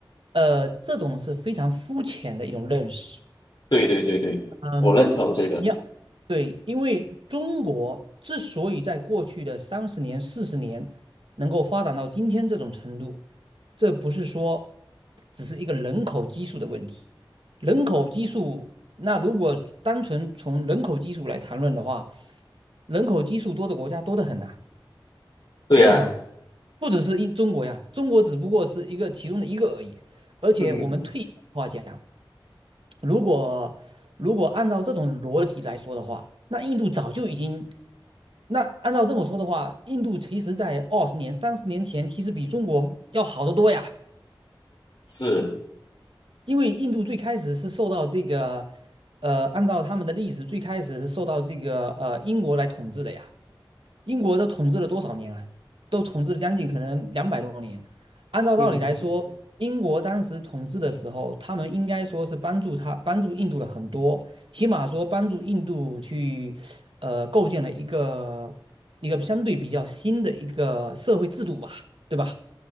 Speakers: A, on the right; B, on the left.
A: 呃，这种是非常肤浅的一种认识。
B: 对对对对，
A: 嗯，
B: 我认同这个。
A: 一样，对，因为中国之所以在过去的三十年、四十年能够发展到今天这种程度，这不是说只是一个人口基数的问题。人口基数，那如果单纯从人口基数来谈论的话，人口基数多的国家多得很呐，
B: 对呀、
A: 多得很呐，
B: 啊，
A: 不只是一中国呀，中国只不过是一个其中的一个而已。而且我们退一步话讲，
B: 嗯哼，
A: 如果如果按照这种逻辑来说的话，那印度早就已经，那按照这么说的话，印度其实在二十年、三十年前，其实比中国要好得多呀。
B: 是，
A: 因为印度最开始是受到这个，呃，按照他们的历史，最开始是受到这个呃英国来统治的呀。英国都统治了多少年啊？都统治了将近可能两百多年。按照道理来说，
B: 嗯哼，
A: 英国当时统治的时候，他们应该说是帮助他帮助印度了很多，起码说帮助印度去呃构建了一个一个相对比较新的一个社会制度吧，对吧？